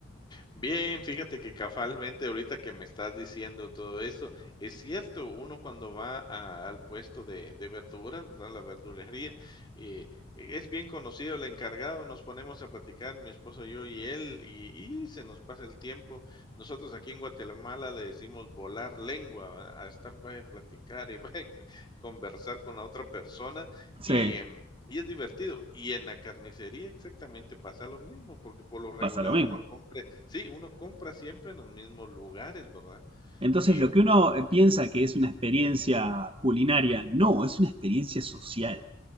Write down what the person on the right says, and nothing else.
Sí.
Pasa lo mismo.
Entonces,
lo
que
uno eh, piensa que es una experiencia culinaria, no, es una experiencia social.